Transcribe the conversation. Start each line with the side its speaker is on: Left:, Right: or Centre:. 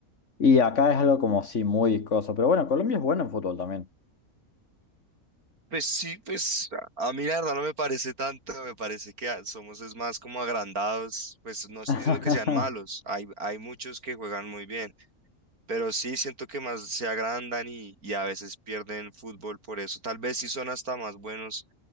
Left: Y acá es algo como, sí, muy coso, pero bueno, Colombia es buena en fútbol también.
Right: Pues sí, pues a a mí la verdad no me parece tanto, me parece que a- somos es más como agrandados, pues no estoy
Left: <laughs>
Right: diciendo que sean malos, hay, hay muchos que juegan muy bien, pero sí siento que más se agrandan y, y a veces pierden fútbol por eso, tal vez sí son hasta más buenos